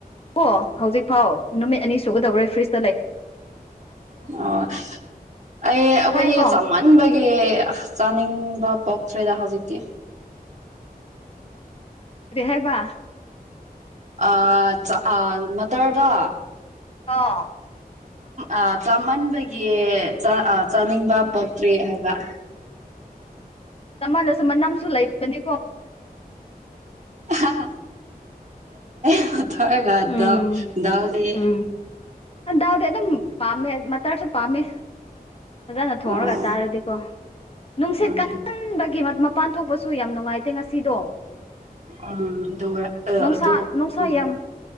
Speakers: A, on the left (about 40°); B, on the right (about 50°).
A: ꯑꯣ ꯍꯧꯖꯤꯛꯐꯥꯎ ꯅꯨꯃꯤꯠ ꯑꯅꯤ ꯁꯨꯒꯗꯧꯔꯦ ꯐ꯭ꯔꯤꯖ
B: ꯑꯣ ꯑꯩ ꯑꯩꯈꯣꯏꯗꯤ
A: ꯇꯥꯏꯀꯣ
B: ꯆꯃꯟꯕꯒꯤ ꯆꯅꯤꯡ ꯄꯣꯛꯁ꯭ꯔꯦꯗꯥ ꯍꯧꯖꯤꯀꯤ
A: ꯍꯥꯏꯕ
B: ꯑ ꯆ ꯑ ꯃꯇꯔꯗꯥ
A: ꯑꯥ
B: ꯑ ꯆꯥꯃꯟꯕꯒꯤ ꯆꯥꯅꯤꯡꯕ ꯄꯣꯛꯇ꯭ꯔꯦ ꯍꯥꯏꯕ <inaudible>
A: ꯆꯃꯜꯅꯁꯨ ꯃꯅꯝꯁꯨ ꯂꯩꯕꯅꯤ
B: ꯍꯥ ꯍꯥ <inaudible> ꯍꯒꯗ
A: ꯎꯝ
B: ꯌꯥꯎꯗꯤ
A: ꯎꯝ ꯗꯥꯎꯗꯤ ꯑꯗꯨꯝ ꯄꯥꯝꯃꯦ ꯃꯇꯔꯁꯨ ꯄꯥꯝꯃꯦ ꯐꯖꯅ ꯊꯣꯡꯉꯒ
B: ꯑ ꯎꯝ
A: ꯆꯥꯔꯗꯤꯀꯣ ꯅꯨꯡꯁꯤꯠ
B: ꯎꯝ
A: ꯀꯟꯕꯒꯤ ꯄꯥꯟ ꯊꯣꯛꯄꯁꯨ ꯌꯥꯝ ꯅꯨꯡꯉꯥꯏꯇꯦ ꯉꯁꯤꯗꯣ
B: ꯎꯝ ꯑꯗꯨ ꯑ
A: ꯅꯨꯡꯁꯥ
B: ꯑꯗꯨ
A: ꯅꯨꯡꯁꯥ
B: ꯎꯝ
A: ꯌꯥꯝ